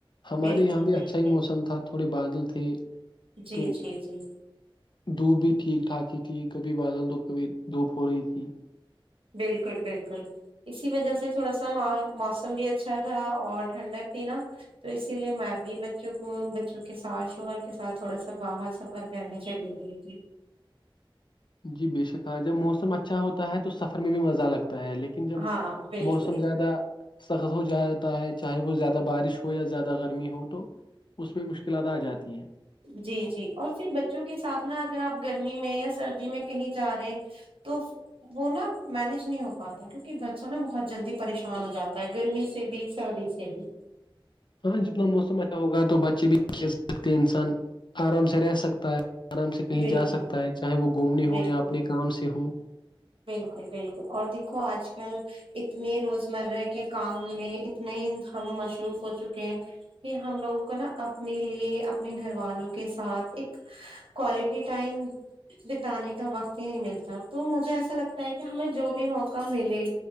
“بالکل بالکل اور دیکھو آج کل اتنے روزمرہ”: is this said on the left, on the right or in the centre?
Right